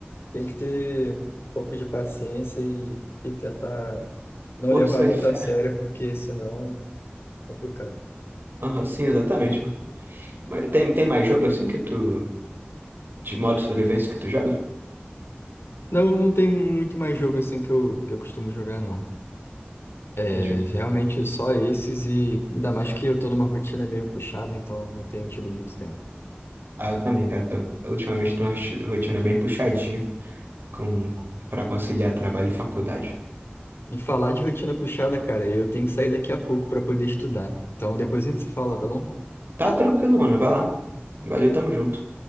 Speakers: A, on the left; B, on the right.
A: Tem que ter um pouco de paciência e, e tentar não
B: Força
A: levar muito
B: e fé.
A: a sério, porque senão é complicado.
B: Aham, sim, exatamente, mano. Mas tem, tem mais jogo assim que tu. De modo sobrevivência que tu joga?
A: Não, não tem muito mais jogo assim que eu, que eu costumo jogar, não. É,
B: Entendi.
A: realmente só esses e ainda mais que eu tô numa rotina meio puxada, então não tenho tido muito tempo.
B: Ah, eu também, cara. Tô, ultimamente tô uma rotina rotina bem puxadinha com, pra conciliar trabalho e faculdade.
A: E falar de rotina puxada, cara, eu tenho que sair daqui a pouco para poder estudar. Então depois a gente se fala, tá bom?
B: Tá tranquilo, mano. Vai lá. Valeu, tamo junto.